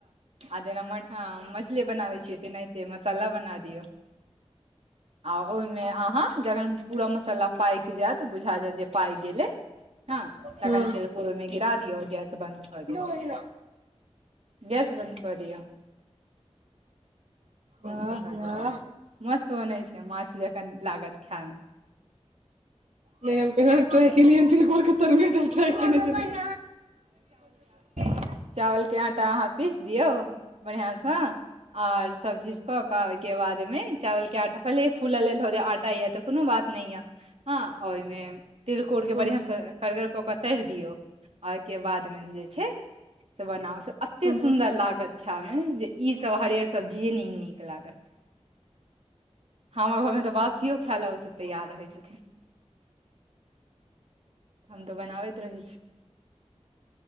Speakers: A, on the right; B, on the right.
A: आ जेना मठा मछली बनाबै छियै तेनाहिते मसाला बना दिय आ
B: वाह
A: ओहिमे अहाँ
B: वाह
A: जखन पूरा मसाला पाकि जायत बुझा जायत जे पाकि गेलै हँ
B: हँ
A: तकन तिलकोर ओइमे गीरा दियऔ ग्यास बन्द कदियौ
B: तहिना
A: गेस बन्द कऽ दिया।
B: वाह
A: तखन भऽ
B: वाह
A: जायत मस्त बनै छै माछ जखन लागत खायमे <inaudible>
B: नाए हम कहियों न ट्राइ कलिए तिलकोर तरुआ ट्राइ <unintelligible>
A: चावलके आटा अहाँ पीस दियौ बढ़िआसँ आर सब चीज कऽ के ओहिके बाद मे चावल के आटा पहिले फूलऽ ले द दिऔ आटा य तऽ कोनो बात नाए यए हँ ओहिमे तिलकोरके
B: हँ
A: बढ़िआँसँ करगर कऽ कऽ तरि दियौ आ ओहिके बादमे जे छै से बनाउ से अतेक सुन्दर
B: हँ
A: लागत खायमे जे ईसभ हरियर सब्जी नहि ई नीक लागत ह हमर घरमे तऽ बासियो खाय ल से तैयार रहै छथिन हम तऽ बनाबैत रहै छी